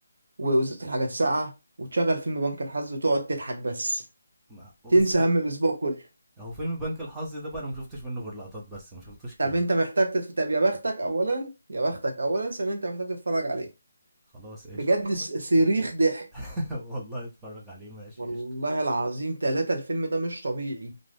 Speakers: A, on the right (about 55°); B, in the centre.
A: ووزت الحاجة الساقعة وتشغل فيلم بنك الحظ وتقعد تضحك بس
B: ما بس
A: تنسى
B: خل...
A: هم الأسبوع كله
B: هو فيلم بنك الحظ ده بقى انا ما شفتش منه غير لقطات بس ما شفتوش كامل
A: طب أنت محتاج تتف... طب يا بختك أولا يا بختك أولا ثانيا أنت محتاج تتفرج عليه
B: خلاص قشطه
A: بجد س-
B: <laughs> و-
A: صريخ ضحك
B: <laughs> والله اتفرج عليه ماشي
A: والله
B: قشطه
A: العظيم ثلاثة الفيلم ده مش طبيعي